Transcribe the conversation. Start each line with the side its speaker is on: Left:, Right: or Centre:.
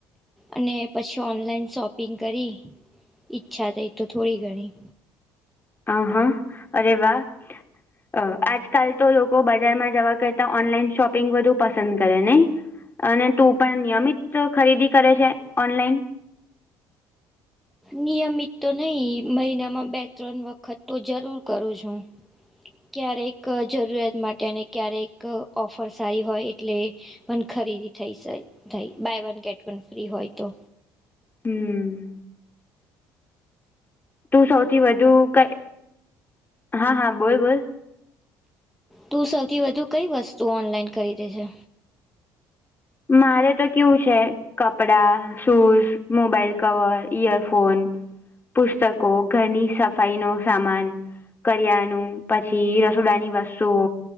Centre: અને પછી ઓનલાઈન શોપિંગ કરી ઈચ્છા થઈ તો થોડી ઘણી
Left: આ હા અરે વાહ. અ આજકાલ તો લોકો બજારમાં જવા કરતા ઓનલાઈન શોપિંગ વધુ પસંદ કરે નય. અને તું પણ નિયમિત ખરીદી કરે છે, ઓનલાઈન.
Centre: નિયમિત તો નય મહિનામાં બે ત્રણ વખત તો જરૂર કરું છું ક્યારેક જરૂરિયાત માટે અને ક્યારેક ઓફર સારી હોય એટલે પણ ખરીદી થઈ સે થઈ buy one get one free હોય તો
Left: હમમ. તું સૌથી વધુ કઈ. હા હા બોલ બોલ.
Centre: તું સૌથી વધુ કઈ વસ્તુ ઓનલાઈન ખરીદે છે.
Left: મારે તો કેવું છે. કપડા શૂઝ મોબાઈલ કવર ઇયરફોન પુસ્તકો, ઘરની સફાઈ નો સામાન કરયાઅણુ પછી રસોડાની વસ્તુઓ